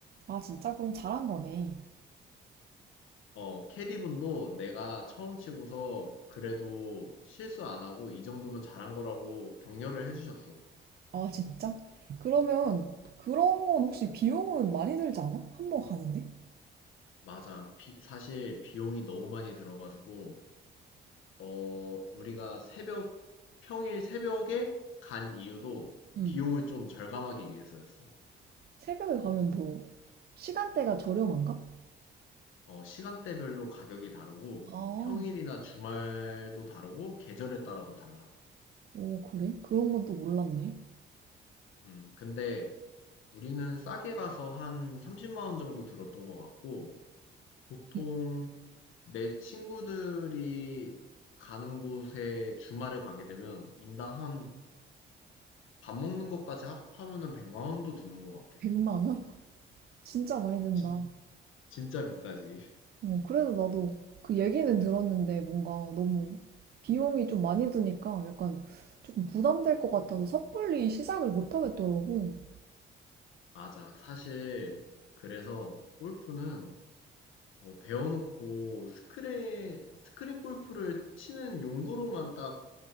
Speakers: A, on the right (about 50°); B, on the left (about 85°).
A: 아, 진짜? 그럼 잘한 거네.
B: 어 캐디분도 내가 처음 치고서 그래도 실수 안 하고 이 정도면 잘한 거라고 격려를 해 주셨어.
A: 아, 진짜? 그러면 그런 건 혹시 비용은 많이 들지 않아? 한번 가는데?
B: 맞아. 비 사실 비용이 너무 많이 들어 가지고 어 우리가 새벽 평일 새벽에 간 이유도
A: 응.
B: 비용을 좀 절감하기 위해서였어.
A: 새벽에 가면 더 시간대가 저렴한가?
B: 어 시간대별로 가격이 다르고
A: 아,
B: 평일이나 주말도 다르고 계절에 따라도 달라.
A: 오, 그래? 그런 건 또 몰랐네.
B: 음 근데 우리는 싸게 가서 한 30만 원 정도 들었던 것 같고 보통
A: 이-
B: 내 친구들이 가는 곳에 주말에 가게 되면 인당 한 밥 먹는 것까지 합하면은 100만 원도 드는 것 같아.
A: 백0 0만 원? <laughs> 진짜 많이 든다.
B: 진, 진짜 비싸지.
A: 어, 그래서 나도 그 얘기는 들었는데 뭔가 너무 비용이 좀 많이 드니까 약간 조금 부담될 것 같아서 섣불리 시작을 못 하겠더라고.
B: 맞아. 사실 그래서 골프는 어, 배워놓고 스크린, 스크린 골프를 치는 용도로만 딱